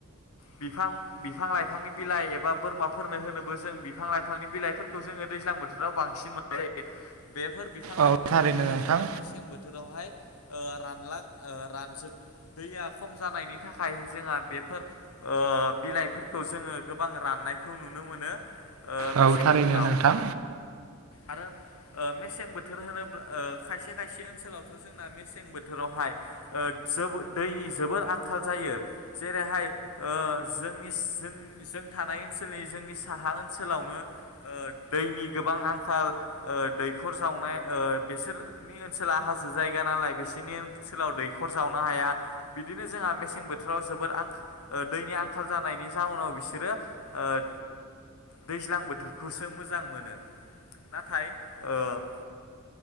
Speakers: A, on the left (about 75°); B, on the right (about 65°).
A: बिफां--बिफां-लाइफांनि बिलाइ एबा बोरमाफोरनो होनोबो जों बिफां-लाइफांनि बिलाइफोरखौ जों जोङो दैज्लां बोथोराव बांसिन मोननाय जायो। बेफोर बिफां-लाइफांनि
B: औ थारैनो
A: बिलाइआ
B: नोंथां
A: जोंना मेसें बोथोरावहाय ओ रानलां ओ रानजोब दैया खम जानायनि थाखाय जोंहा बेफोर ओ बिलाइफोरखौ जोङो गोबां राननायखौ नुनो मोनो ओ
B: औ
A: मेसें
B: थारैनो
A: बोथोराव
B: नोंथां
A: आरो ओ मेसें बोथोर होनोब्ला खायसे-खायसे ओनसोलावथ' जोंना मेसें बोथोरावहाय ओ जोब दैनि जोबोर आंखाल जायो जेरैहाय ओ जोंनि जों-जों थानाय ओनसोलनि जोंनि साहा ओनसोलावनो ओ दैनि गोबां आंखाल ओ दै दैखर जावनाय ओ बिसोरनि ओनसोला हाजो जायगा नालाय बिसोरनि ओनसोलाव दैख खर जावनो हाया बिदिनो जोंहा मेसें बोथोराव जोबोद दैनि आंखाल जानायनि जाउनाव बिसोरो ओ दैज्लां बोथोरखौसो मोजां मोनो नाथाय ओ